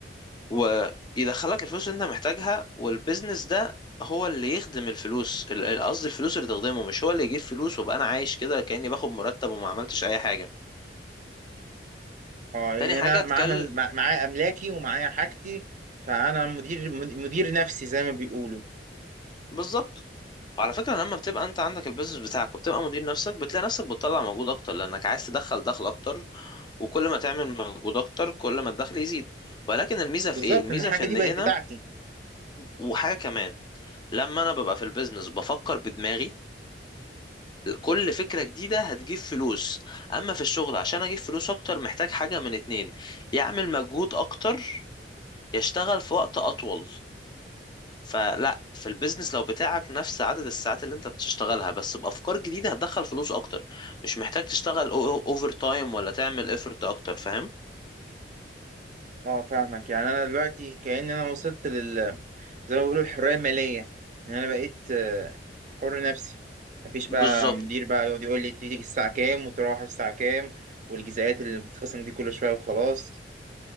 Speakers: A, on the left; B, on the right.
A: ويدخلك الفلوس اللي انت محتاجها والبيزنس ده هو اللي يخدم الفلوس ال- ال- قصدي الفلوس اللي تخدمه مش هو اللي يجيب فلوس وابقى انا عايش كده كاني باخد مرتب وما عملتش اي حاجه
B: اه يعني
A: تاني حاجه
B: انا
A: اتكلم
B: معايا مع- معايا املاكي ومعايا حاجتي فانا مدير مدير نفسي زي ما بيقولوا
A: بالظبط وعلى فكرة لما بتبقى انت عندك البيزنس بتاعك وبتبقى مدير نفسك بتلاقي نفسك بتطلع مجهود اكتر لانك عايز تدخل دخل اكتر وكل ما تعمل مجهود اكتر كل ما الدخل يزيد ولكن الميزة
B: بالظبط
A: في ايه الميزة
B: ان الحاجه
A: في ان
B: دي بقت
A: هنا
B: بتاعتي
A: وحاجة كمان لما انا ببقى في البيزنس بفكر بدماغي كل فكرة جديدة هتجيب فلوس اما في الشغل عشان اجيب فلوس اكتر محتاج حاجة من اتنين يعمل مجهود اكتر يشتغل في وقت اطول فلا في البيزنس لو بتاعك نفس عدد الساعات اللي انت بتشتغلها بس بافكار جديده هتدخل فلوس اكتر مش محتاج تشتغل اوفر تايم ولا تعمل افورت اكتر فاهم
B: اه فاهمك يعني انا دلوقتي كأن انا وصلت لل زي ما بيقولوا الحرية المالية ان انا بقيت آه، حر نفسي مفيش بقى
A: بالظبط
B: مدير بقى يقعد يقول لي تيجي الساعة كام وتروح الساعة كام والجزئيات اللي بتتخصم دي كل شوية وخلاص